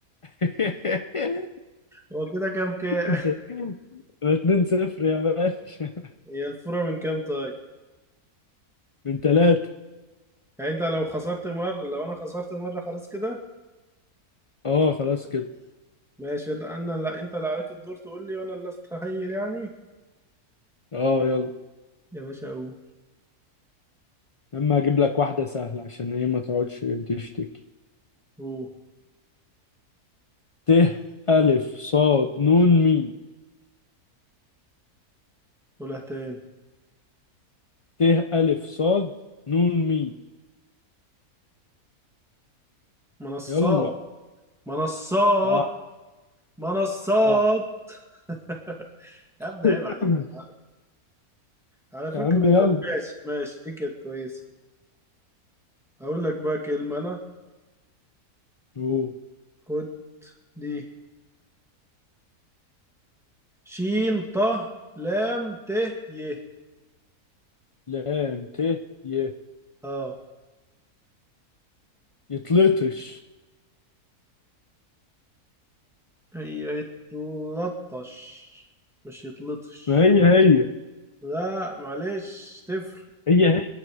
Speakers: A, on the left (about 55°); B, in the centre.
A: <laughs>
B: هو كده كام كام
A: يبقى 2 0 يا باشا
B: <laughs> هي الفورة من كام طيب
A: من ثلاثة
B: يعني انت لو خسرت مرة لو انا خسرت مرة خلاص كده
A: اه خلاص كده
B: ماشي انا انا- لا انت اللي عليك الدور تقول لي وانا اللي استخيل يعني
A: اه يلا
B: يا باشا قول
A: لما اجيب لك واحدة سهلة عشان ايه ما تقعدش تشتكي
B: قول
A: ت ألف صاد نون مي
B: قولها تاني
A: ت ألف صاد نون مي
B: منصات
A: يلا
B: منصات
A: صح
B: منصات
A: صح
B: <laughs>
A: <coughs>
B: يا ابني عيب عليك يا حق.
A: <laughs>
B: على فكرة
A: يا عم يلا
B: ماشي ماشي دي كانت كويسة هقول لك بقى كلمة انا
A: شو
B: خد دي شين ط لام ت ي
A: لام ت ي
B: اه
A: يطلطش
B: هي يتلطش مش يتلطش
A: ما هي هي
B: لا معلش تفرق
A: هي هي